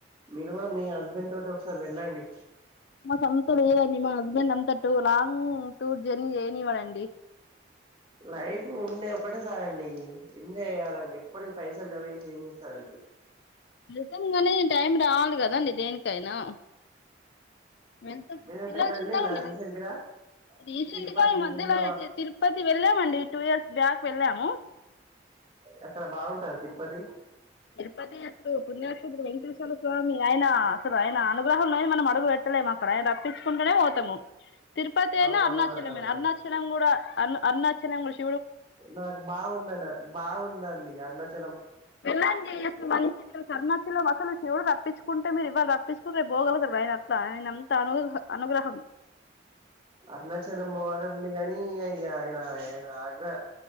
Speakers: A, on the right (about 30°); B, on the left (about 65°).
A: మీరు గూడా మీ హస్బెండ్ తోటి ఒకసారి వెళ్ళండి
B: మాకంత లేదండి మా హస్బెండ్ అంత టూ లాంగ్ టూర్ జర్నీ జేయనివ్వడండి.
A: లైఫ్ ఉండేద్ ఒక్కటే సారండి, ఎంజాయ్ జేయ్యాలండి ఎప్పటికి పైసలు జమ చేసి ఏం జేస్తరండి?
B: చేద్దం గనీ టైం రావాలి గదండి దేనికైనా వెళ్తమ్
A: మీరు ఎటైనా
B: పిల్లలు
A: వెళ్ళిలా
B: చిన్నగ ఉన్నర్
A: రీసెంట్
B: గదన్
A: గా
B: రీసెంట్
A: తిరుపతి
B: గా ఈ మధ్యలో
A: వేములవా
B: ఐతే తిరుపతి వెళ్ళామండి టూ ఇయర్స్ బ్యాక్ వెళ్ళాము.
A: ఆక్కడ బాగుంటద తిరుపతి?
B: తిరుపతి ఎప్పుడు పుణ్యక్షేత్రం వెంకటేశ్వర స్వామి, ఆయన అసలు ఆయన అనుగ్రహంలేనిది మనం అడుగు బెట్ ట్ట లేమక్కడ ఆయన రప్పించుకుంటనే పోతము. తిరుపతి అయినా,
A: అవునవునట
B: అరుణాచలమయినా.
A: అండి
B: అరుణాచలం గూడా అర్న్ అరుణాచలం విష్
A: నాకు బాగుందన బాగుందండి అర్నాచల్
B: వెళ్ళండి అసలు మనిషి <unintelligible> అరుణాచలం అసలు శివుడు రప్పించుక్ కుంటే మీరు ఇవాళ రప్పించుకుంటే రెప్పో గలుగుతరు ఆయన అట్ల, ఆయన అంత అనుహ అనుగ్రహం
A: అరుణాచలం బోవాలనుంది గనీ ఇగ ఎ న ఆయన ఆగ్రా